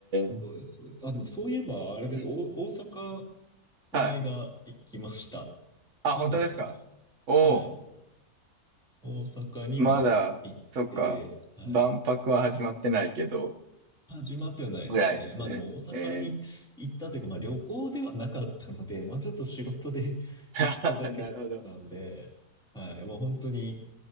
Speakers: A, on the right; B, in the centre.
A: え。
B: そうです、そうです。あ、でもそういえば、あれです。
A: うん
B: お、大阪、この間行きました。
A: はい。あ、
B: 3月かな。
A: 本当ですかおおー。
B: はい。大阪には行って、
A: まだ、そっか、
B: はい。
A: 万博は始まってないけど、
B: 始まってはないですね。
A: ぐらいですね。
B: まあでも大阪に行ったというか、
A: え
B: まあ旅行ではなかったので、まあちょっと仕事で <laughs>
A: ー、<laughs>
B: 行っただけなんで、
A: なるほど。
B: はい、もう本当に、